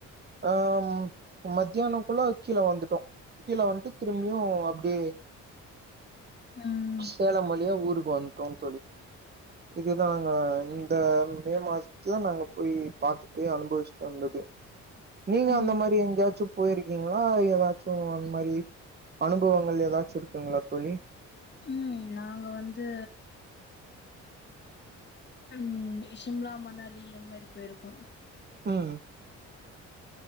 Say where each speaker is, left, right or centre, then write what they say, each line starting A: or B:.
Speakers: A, on the right; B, on the left.
A: அ ம் மத்தியானம்க்குள்ள கீழே வந்துட்டோ கீழே வந்துட்டு திரும்பியும் அப்டியே
B: ம்
A: சேலம் வழியா ஊர் ஊருக் வந்துட்டோம் தோழி இதுதா எங்க இந்த மே மாசத்துல நாங்க போய் பாத்துட்டு அனுபவிச்சுட்டு வந்தது நீங்க
B: ம்
A: அந்த மாரி எங்காச்சும் போயிருக்கீங்களா ஏதாச்சும் அந்த மாரி அனுபவங்கள் ஏதாச்சும் இருக்குங்களா தோழி
B: உம் நாங்க வந்து உம் சிம்லா மணாலி அது மாரி போயிருக்கோ
A: உஹம்